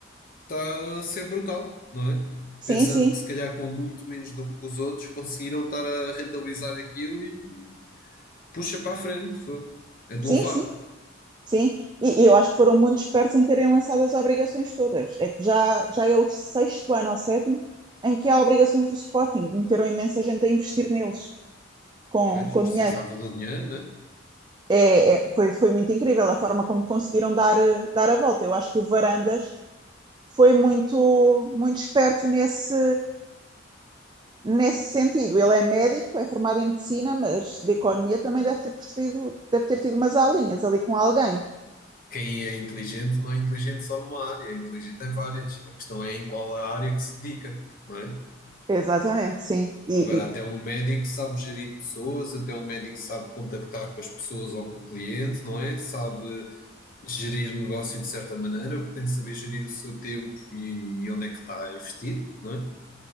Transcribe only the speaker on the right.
Sim,
sim,
sim,
sim. Sim, e, e eu acho que foram muito espertos em terem lançado as obrigações todas. É que já, já é o sexto ano ou sétimo em que há obrigações do Sporting. Meteram imensa gente a investir neles com,
com
dinheiro.
É, é- foi, foi muito incrível a forma como conseguiram dar, eh, dar a volta. Eu acho que o Varandas foi muito, muito esperto nesse, nesse sentido. Ele é médico, é formado em medicina, mas de economia também deve ter percebido, deve ter tido umas aulinhas ali com alguém.
Exatamente, sim. E,
e